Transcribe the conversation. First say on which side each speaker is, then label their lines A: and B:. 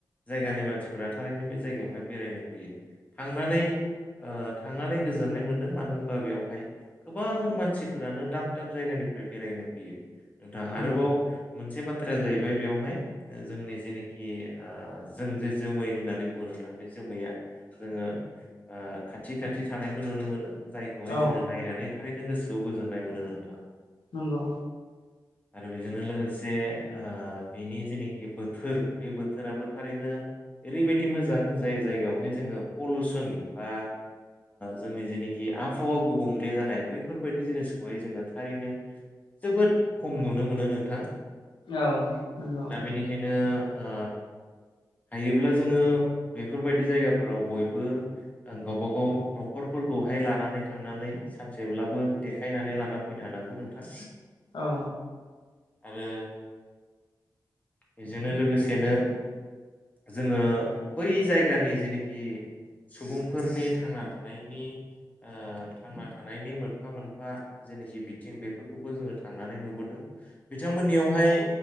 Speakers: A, on the left (about 20°); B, on the left (about 85°).
A: जायगानि मानसिफोरा थारैनो बे जायगायावहाय बेरायनो फैयो थांनानै ओ थांनानै गोजोननाय मोन्दों मानो होनबा बेवहाय गोबां मानसिफोरानो दाब दाब जायगानिफ्राय बेरायनो फैयो नोंथां
B: नंगौ
A: आरोबाव मोनसे बाथ्राया जाहैबाय बेयावहाय जोंनि जेनाखि ओ जों जे जोमै होननानै बोनो थां बे जोमैया जोङो खाथि खाथि थानायखौ नुनो मोनो जायखौहाय
B: औ
A: जोङो नायनानै थारैनो गोसोआव गोजोननाय मोनो नोंथां
B: नंगौ
A: आरो बेजोंनो लोगोसे ओ बेनि जेनाखि बोथोर बे बोथोराबो थारैनो एरैबाय मोजां जाय जायगायावहाय जोङो पलैसीन बा जोंनि जेनोखि आबहावा गुबुंले जानाय बैफोरबायदि जिनिसखौहाय जोङो थारैनो जोबोद खम नुनो मोनो नोंथां
B: औ नंगौ
A: दा बेनिखायनो ओ हायोब्ला जोङो बेफोरबायदि जायगाफोराव बयबो गावबा गाव न'खरफोरखौहाय लानानै थांनानै सानसेब्लाबो देखायनानै लाना फैनो हानांगौ नोंथां
B: औ
A: आरो बेजोंनो लोगोसेनो जोङो बै जायगानि जेनोखि सुबुंफोरनि थांना थानायनि ओ थांना थानायनि मोनफा मोनफा जेनोखि बिथिं बेफोरखौबो जोङो थांनानै नुबोदों बिथांमोननियावहाय